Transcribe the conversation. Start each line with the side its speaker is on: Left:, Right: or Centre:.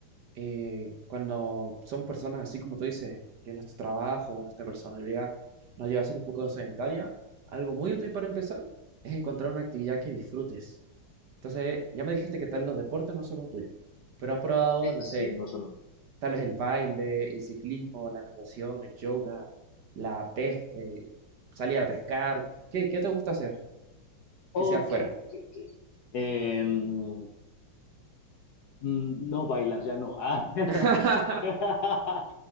Right: eh, cuando somos personas así como tú dices, que nuestro trabajo, nuestra personalidad nos lleva a ser un poco sedentaria, algo muy útil para empezar es encontrar una actividad que disfrutes. Entonces, ya me dijiste que tal los deportes no son los tuyos, pero has probado, no
Left: Sí,
Right: sé,
Left: no solo.
Right: tal vez el baile, el ciclismo, la natación, el yoga, la pes eh, salir a pescar. ¿Qué, qué te gusta hacer que
Left: Ok,
Right: sea afuera?
Left: ok, ok. Em, mm, no, bailar ya no. Ah.
Right: <laughs>
Left: <laughs>